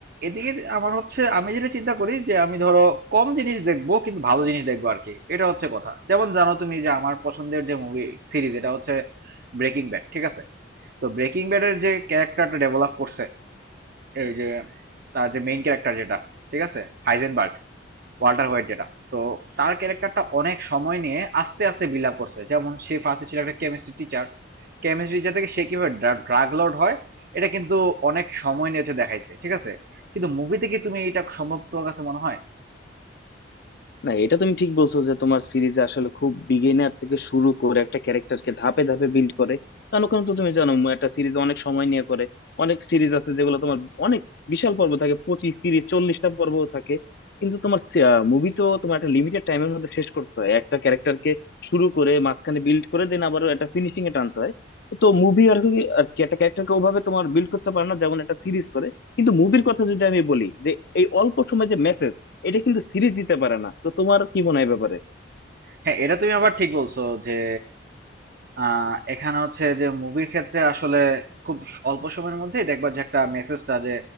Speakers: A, on the right; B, on the left.
A: এদিকে আমার হচ্ছে আমি যেটা চিন্তা করি যে আমি ধরো কম জিনিস দেখবো কিন্তু ভালো জিনিস দেখবো আর কি এটা হচ্ছে কথা যেমন জানো তুমি যে আমার পছন্দের যে মুভি সিরিজ এটা হচ্ছে ব্রেকিং ব্যাড ঠিক আছে তো ব্রেকিং ব্যাডের যে ক্যারেক্টারটা ডেভেলপ করছে এই যে তার যে মেইন ক্যারেক্টার যেটা ঠিক আছে হাইজেনবার্গ ওয়াল্টার হোয়াইট যেটা তো তার ক্যারেক্টারটা অনেক সময় নিয়ে আস্তে আস্তে বিল্ড আপ করছে যেমন সে ফার্স্টে ছিল একটা কেমিস্ট্রি টিচার কেমিস্ট্রি টিচার থেকে সে কিভাবে ড্রাগ লর্ড হয় এটা কিন্তু অনেক সময় নিয়েছে দেখাইছে ঠিক আছে কিন্তু মুভি থেকে তুমি এটা সম্ভব তোমার কাছে মনে হয়
B: না এটা তুমি ঠিক বলছো যে তোমার সিরিজ আসলে খুব বিগিনার থেকে শুরু করে একটা ক্যারেক্টারকে ধাপে ধাপে বিল্ড করে কারণ ওখানে তো তুমি জানো একটা সিরিজ অনেক সময় নিয়ে করে অনেক সিরিজ আছে যেগুলো তোমার অনেক বিশাল পর্ব থাকে পঁচিশ তিরিশ চল্লিশটা পর্ব থাকে কিন্তু তোমার মুভি তো তোমার একটা লিমিটেড টাইমের মধ্যে শেষ করতে হয় একটা ক্যারেক্টারকে শুরু করে মাঝখানে বিল্ড করে দেন আবার একটা ফিনিশিং এ টানতে হয় তো মুভি আর কি আর কি একটা ক্যারেক্টারকে ওভাবে তোমার বিল্ড করতে পারে না যেমন একটা সিরিজ করে কিন্তু মুভির কথা যদি আমি বলি যে এই অল্প সময় যে মেসেজ এটা কিন্তু সিরিজ দিতে পারে না তো তোমার কি মনে হয় এ ব্যাপারে
A: হ্যাঁ এটা তুমি আবার ঠিক বলছো যে আহ, এখানে হচ্ছে যে মুভির ক্ষেত্রে আসলে খুব অল্প সময়ের মধ্যেই দেখবা যে একটা মেসেজটা যে